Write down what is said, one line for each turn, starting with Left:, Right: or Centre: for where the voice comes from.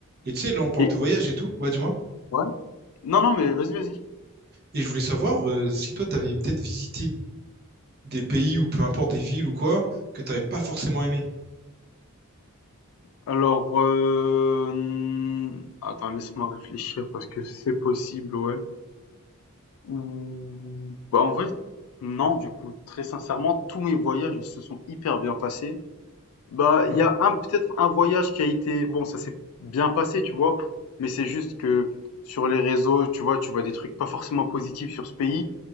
Right: Et tu sais, là, on parle
Left: Et,
Right: de voyage et tout. Ouais, dis-moi.
Left: ouais? Non, non, mais vas-y, vas-y.
Right: Et je voulais savoir euh, si toi, t'avais peut-être visité des pays ou peu importe des villes ou quoi, que t'avais pas forcément aimé.
Left: Alors, heu, attends, laisse-moi réfléchir parce que c'est possible, ouais. Ou, bah, en vrai, non, du coup, très sincèrement, tous mes voyages, ils se sont hyper bien passés. Bah,
Right: Ouais.
Left: il y a un peut-être un voyage qui a été bon, ça s'est bien passé, tu vois? Mais c'est juste que sur les réseaux, tu vois, tu vois des trucs pas forcément positifs sur ce pays.